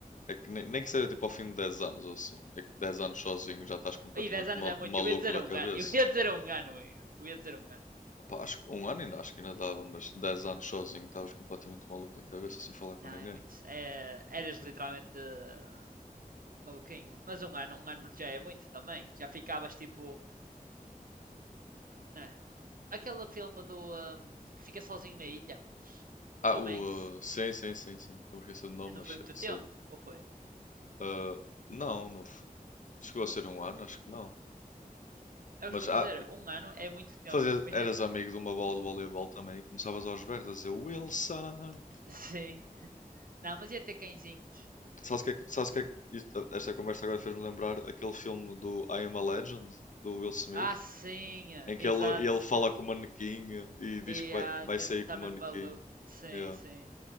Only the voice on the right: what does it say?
Aí, 10 anos
é muito.
Eu ia dizer
um
ano. Eu ia dizer um ano, Eu ia dizer um ano.
Não,
é muito. É, eras literalmente eh, maluquinho. Mas um ano, um ano já é muito também. Já ficavas tipo. Né? Aquele filme do. ehm, que fica sozinho na ilha. O
Tom
Hanks.
Não
foi
muito tempo,
ou foi?
É o
que estou
a dizer. Um ano é muito tempo.
Imagina.
<laughs> Sim. Não, mas ia ter cãezinhos.
Ah, sim. eh,
Exato.
Yeah,
me-
tá
mesmo
maluco. Sim,
sim.